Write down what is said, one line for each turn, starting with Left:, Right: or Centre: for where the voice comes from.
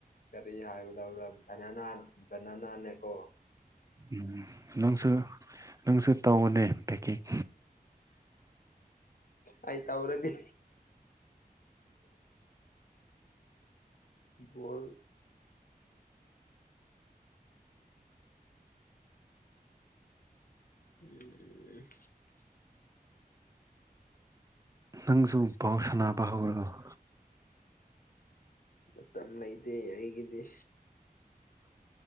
Left: ꯀꯔꯤ ꯍꯥꯏꯕꯗꯕꯗ ꯕꯅꯅꯥ ꯕꯅꯅꯥꯅꯦꯀꯣ
Right: ꯎꯝ ꯅꯪꯁꯨ ꯅꯪꯁꯨ ꯇꯧꯧꯕꯅꯦ ꯄꯦꯛꯀꯤꯡ
Left: ꯑꯩ ꯇꯧꯔꯗꯤ ꯀꯣꯔ ꯑꯦ
Right: ꯅꯪꯁꯨ ꯕꯣꯟ ꯁꯅꯥꯕ ꯍꯧꯔꯕꯣ
Left: ꯃꯇꯝ ꯂꯩꯇꯦ ꯑꯩꯒꯤꯗꯤ